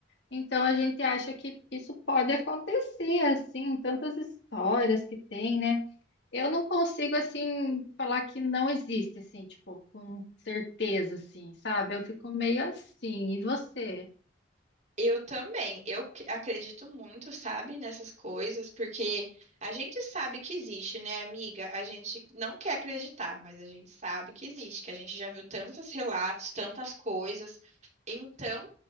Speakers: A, on the left (about 65°); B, on the right (about 40°).
A: Então a gente acha que isso pode acontecer assim, tantas histórias que tem, né? Eu não consigo, assim, falar que não existe, assim, tipo, com certeza, assim, sabe? Eu fico meio assim. E você?
B: Eu também. Eu c- acredito muito, sabe, nessas coisas, porque a gente sabe que existe, né, amiga? A gente não quer acreditar, mas a gente sabe que existe, que a gente já viu tantos relatos, tantas coisas. Então,